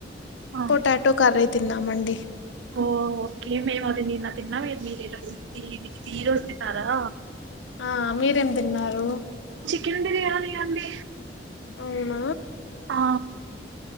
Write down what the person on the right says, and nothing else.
ఆ
ఓ ఓకే మేము అది నిన్న తిన్నాం మీర్ ఇ ఇ మీరు ఈ రోజు ఈ రోజు తిన్నారా
కిందిది <unintelligible> అండీ
ఆ